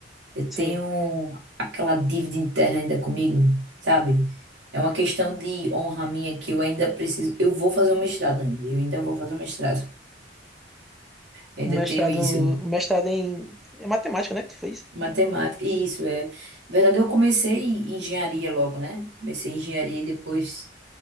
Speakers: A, on the right; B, in the centre.
A: Eu
B: Sim.
A: tenho aquela dívida interna ainda comigo, sabe? É uma questão de honra minha que eu ainda preciso. Eu vou fazer um mestrado ainda. Eu ainda vou fazer um mestrado. Eu ainda
B: um mestrado,
A: tenho isso.
B: um mestrado em, em matemática, né, que tu fez?
A: Matemática. E isso é. Na verdade, eu comecei em engenharia logo, né? Comecei em engenharia e depois.